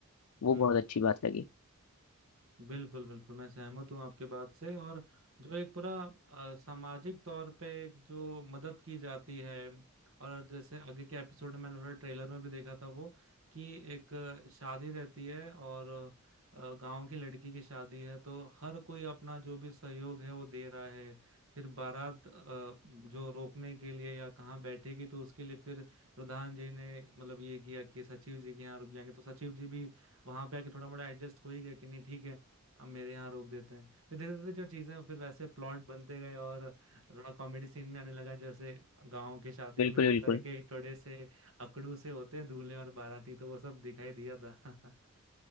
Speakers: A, on the left; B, on the right.
A: वो
B: हम्म
A: बहुत अच्छी बात लगी
B: बिल्कुल बिल्कुल मैं सहमत हूँ आपके बात से और जो एक पूरा अ, सामाजिक तौर पे एक जो मदद की जाती है और जैसे आगे के एपिसोड में मैंने थोड़ा ट्रेलर में भी देखा था वो कि एक अ, शादी रहती है और अ, गांव की लड़की की शादी है तो हर कोई अपना जो भी सहयोग है वो दे रहा है फिर बारात अ, जो रोकने के लिए या कहाँ बैठेगी तो उसके लिए फिर प्रधान जी ने मतलब ये किया कि सचिव जी के यहाँ रुक जाएंगे तो सचिव जी भी वहां पे आके थोड़ा मोड़ा एडजस्ट हो ही गया कि नहीं ठीक है अब मेरे यहाँ रोक देते हैं फिर धीरे धीरे जो चीजें फिर वैसे प्लॉट बनते गए और थोड़ा कॉमेडी सीन में आने लगा जैसे गांव के शादियों
A: बिल्कुल
B: में होता
A: बिल्कुल
B: है कि टोड़े से अकड़ू से होते हैं दूल्हे और बाराती तो वो सब दिखाई दिया था <laughs>